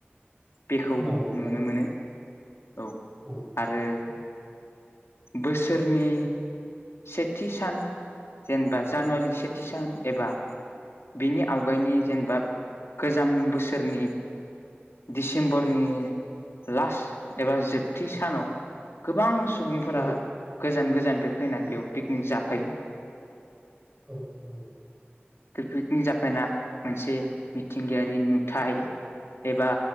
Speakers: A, on the left (about 75°); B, on the right (about 20°).
A: बेखौ
B: नंगौ
A: नुनोमोनो
B: थारैनो
A: औ
B: नंगौ नंगौ
A: आरो
B: थारैनो
A: बोसोरनि। सेथि सान जेनबा जानुवारि सेथिसान एबा। बिनि आवगायनि जेनबाब गोजाम बोसोरनि डिसिम्बरनि लास एबा जोबथि सानाव गोबां सुबुंफोरा
B: औ
A: गोजान गोजानफाय फैना बेयाव पिकनिक जाफायो।
B: <inaudible>
A: पिकनिकनि जाफाना मोनसे मिथिंगायारि नुथाय एबा